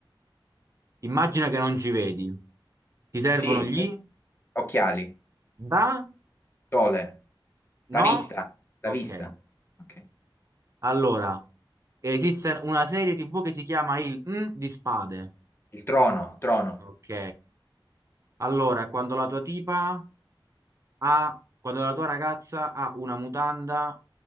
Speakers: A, on the right; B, on the left.
A: immagina che non ci vedi. Ti servono
B: Sì,
A: gli
B: occhiali,
A: da?
B: sole,
A: No?
B: la vista, la
A: Ok.
B: vista. Ok.
A: Allora, esiste una serie TV che si chiama il M di spade.
B: Il trono, trono,
A: Ok. Allora, quando la tua tipa ha, quando la tua ragazza ha una mutanda